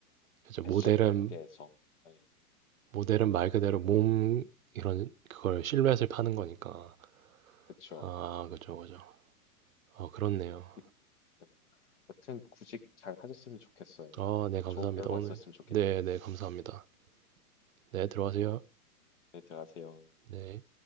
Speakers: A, on the right; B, on the left.
A: 그죠. 모델은,
B: 패션 업계에서. 네,
A: 모델은 말 그대로 몸, 이런, 그걸 실루엣을 파는 거니까.
B: 그쵸.
A: 아, 그죠, 그죠. 어, 그렇네요.
B: 음, 네. 여튼 구직 잘 하셨으면 좋겠어요.
A: 아
B: 이게
A: 네 감사합니다.
B: 좋은 결과
A: 오늘
B: 있었으면 좋겠네요.
A: 네네 감사합니다. 네 들어가세요.
B: 네, 들어가세요.
A: 네.